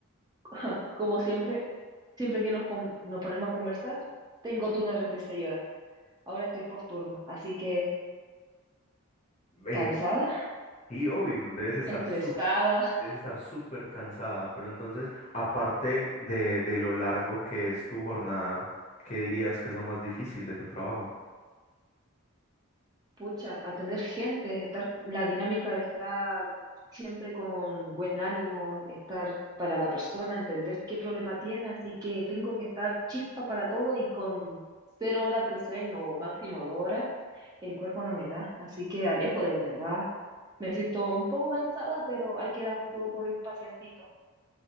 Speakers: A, on the right; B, on the left.
A: <laughs> como siempre, siempre que nos, con- nos ponemos a conversar, tengo turno de 36 horas. Ahora estoy posturno, así que
B: Eh,
A: cansada,
B: sí, obvio, debes estar
A: estresada.
B: sup- debes estar súper cansada, pero entonces, aparte de, de lo largo que es tu jornada, ¿qué dirías que es lo más difícil de tu trabajo?
A: Pucha, atender gente, estar, la dinámica de estar siempre con buen ánimo, estar para la persona, entender qué problema tiene, así que tengo que estar chispa para todo y con cero horas de sueño o máximo dos horas, el cuerpo no me da, así que Alejo, de verdad, me siento un poco cansada, pero hay que dar todo por el pacientito.